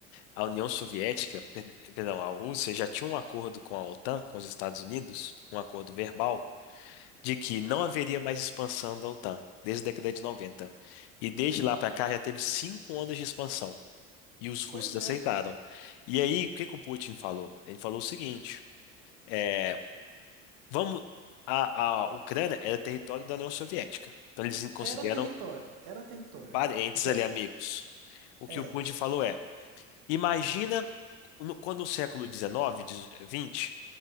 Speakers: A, on the left; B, on the right.
A: a União Soviética, per- perdão, a Rússia já tinha um acordo com a OTAN, com os Estados Unidos, um acordo verbal, de que não haveria mais expansão da OTAN, desde a década de 90. E desde
B: uhum.
A: lá para cá já teve cinco ondas de expansão. E os russos
B: Pois é,
A: aceitaram.
B: pô.
A: E aí, o que que o Putin falou? Ele falou o seguinte: é, vamos. A, a Ucrânia era território da União Soviética. Então, eles consideram
B: Era território, era território.
A: parentes
B: Já
A: ali, amigos. O
B: é.
A: que o Putin falou é. Imagina no- quando no século XIX, de- XX,